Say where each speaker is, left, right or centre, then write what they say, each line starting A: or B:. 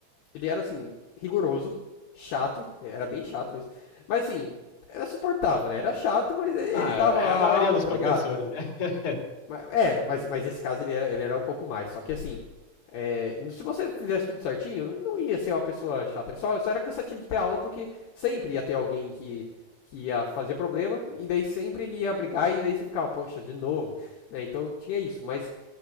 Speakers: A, on the left; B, on the left.
A: Ele era assim, rigoroso, chato, era bem chato mesmo. Mas assim, era suportável, né? Era chato, mas ele
B: Ah,
A: dava
B: é
A: lá
B: a maioria
A: a aula,
B: dos
A: tá
B: professores,
A: ligado?
B: né? <laughs>
A: Mas- É, mas, mas esse caso ele era, ele era um pouco mais. Só que assim, é, se você fizesse tudo certinho, ele não ia ser uma pessoa chata. Ele só, só era cansativo de ter aula porque sempre ia ter alguém que, que ia fazer problema. E daí sempre ele ia brigar e daí você ficava, poxa, de novo. Né? Então tinha isso. Mas